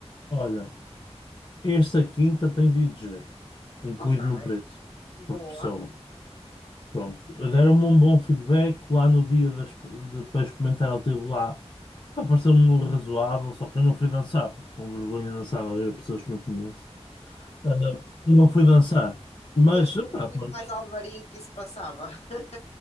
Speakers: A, on the left (about 45°); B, on the left (about 70°).
A: Olha, esta quinta tem DJ, incluído
B: Ok,
A: no preço,
B: boa.
A: por pessoa. Pronto. Deram-me um bom feedback lá no dia da de- para experimentar, ele teve lá. Pá, Pareceu-me razoável, só que eu não fui dançar, pá. com vergonha de dançar a ver pessoas que não conheço. Ah, não fui dançar, mas,
B: Deves ter
A: pá, pronto.
B: dito mais Alvarinho que isso passava. <laughs>